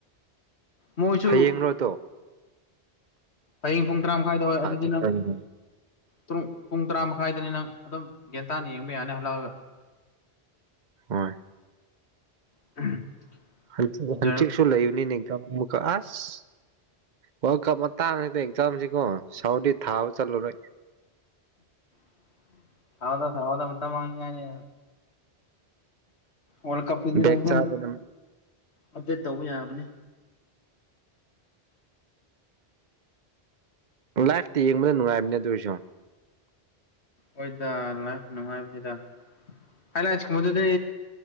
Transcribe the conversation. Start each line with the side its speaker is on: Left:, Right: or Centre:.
Left: ꯃꯣꯏꯁꯨ
Right: ꯍꯥꯌꯦꯡꯔꯣ ꯗꯣ?
Left: ꯍꯥꯌꯦꯡ ꯄꯨꯡ ꯇꯔꯥ ꯃꯈꯥꯏꯗ ꯍꯣꯏ ꯑꯗꯨꯗꯤ
Right: ꯖꯄꯥꯟꯒꯤ
Left: ꯅꯪ ꯇꯨꯃꯨꯛ ꯄꯨꯡ ꯇꯔꯥ ꯃꯈꯥꯏꯗꯅꯤ ꯅꯪ ꯑꯗꯨꯝ ꯒ꯭ꯦꯌꯥꯟꯇꯥꯅ ꯌꯦꯡꯕ ꯌꯥꯅꯤ ꯍꯜꯂꯛꯑꯒ
Right: ꯍꯣꯏ
Left: <unintelligible>
Right: ꯍꯪꯆꯤ <unintelligible> ꯍꯪꯆꯤꯛꯁꯨ
Left: ꯖꯔ
Right: ꯂꯩꯕꯅꯤꯅꯦ ꯗ꯭ꯥꯔꯝ ꯃꯨꯛꯀꯥ ꯑꯁ ꯋꯥꯜ ꯀꯞ ꯃꯇꯥꯡꯁꯤꯗ ꯑꯦꯛꯖꯥꯝꯖꯤꯀꯣ ꯁꯥꯎꯔꯗꯤ ꯊꯥꯕ ꯆꯠꯂꯥꯔꯣꯏ
Left: <unintelligible> ꯊꯥꯑꯣꯗꯥ ꯊꯥꯑꯣꯗꯥ ꯃꯇꯝ ꯃꯥꯥꯡꯅꯤꯉꯥꯏꯅꯦ ꯋꯜ ꯀꯞꯀꯤꯗꯤ
Right: ꯕꯦꯛ
Left: ꯅꯪ ꯑꯗꯨꯝ
Right: ꯆꯥꯗꯅ
Left: ꯑꯞꯗꯦꯠ ꯇꯧꯕ ꯌꯥꯕꯅꯦ
Right: ꯂꯥꯏꯐꯇ ꯌꯦꯡꯕꯅ ꯅꯨꯡꯉꯥꯏꯕꯅꯦ ꯑꯗꯨ ꯑꯣꯏꯔꯖꯨ
Left: ꯍꯣꯏꯗ ꯂꯥꯏꯐ ꯅꯨꯡꯉꯥꯏꯕꯅꯤꯗ ꯍꯥꯏ ꯂꯥꯏꯠꯁ ꯀꯨꯝꯕꯗꯨꯗꯤ